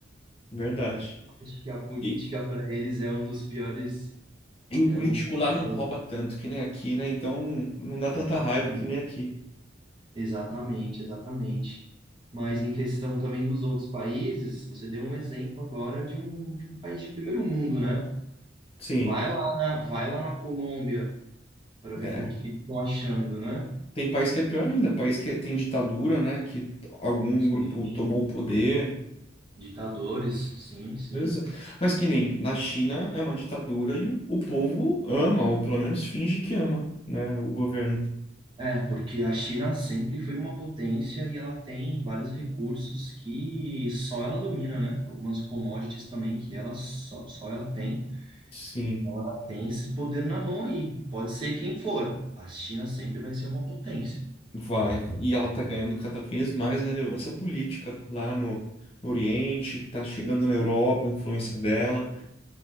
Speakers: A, on the left (about 30°); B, on the right (about 25°).
A: Verdade.
B: acho que a política
A: E,
B: para eles é um dos piores,
A: e o
B: é
A: político
B: um
A: lá não
B: dos,
A: rouba tanto que nem aqui, né? Então não dá tanta
B: exatamente.
A: raiva que nem aqui.
B: Exatamente, exatamente. Mas em questão também dos outros países, você deu um exemplo agora de um, de um país de primeiro mundo, né?
A: Sim,
B: Vai lá na, vai lá na Colômbia para ver
A: é.
B: com o que que eles estão achando, né?
A: Tem país que é pior ainda, país que tem ditadura, né? Que algum grupo
B: Sim.
A: tomou o poder.
B: Ditadores, sim, sim.
A: Pois é. Mas que nem na China é uma ditadura e o, o povo ama, ou pelo menos finge que ama, né, o governo.
B: É, porque a China sempre foi uma potência e ela tem vários recursos que só ela domina, né? Algumas commodities também que ela só, só ela tem.
A: Sim,
B: Então ela tem esse poder na mão aí. Pode ser quem for. A China sempre vai ser uma potência.
A: vai. E ela tá ganhando cada vez mais relevância política lá no, no Oriente, tá chegando na Europa, a influência dela.